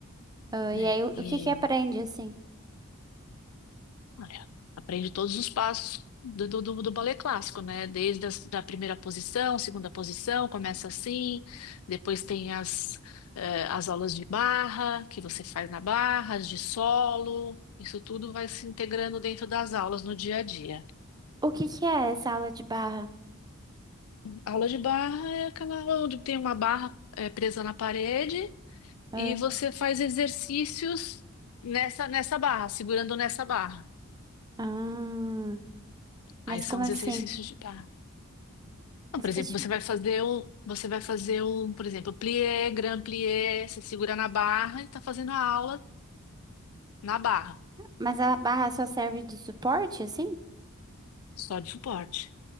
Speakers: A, on the right; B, on the left.
A: Ah,
B: né?
A: e aí o,
B: E
A: o que que aprende assim?
B: olha, aprende todos os passos do, do, do do balé clássico, né? Desde as, da primeira posição, segunda posição, começa assim, depois tem as, eh, as aulas de barra que você faz na barra, as de solo, isso tudo vai se integrando dentro das aulas no dia a dia.
A: O que que é essa aula de barra?
B: Aula de barra é aquela onde tem uma barra é, presa na parede
A: Ah,
B: e você faz exercícios nessa, nessa barra, segurando nessa barra.
A: ah, mas
B: Aí são
A: como
B: os
A: assim?
B: exercícios de barra. Então,
A: Mas,
B: por
A: que
B: exemplo,
A: tipo-
B: você vai fazer um, você vai fazer um, por exemplo, plié, grand plié, você segura na barra e está fazendo a aula na barra,
A: mas a barra só serve de suporte, assim?
B: só de suporte,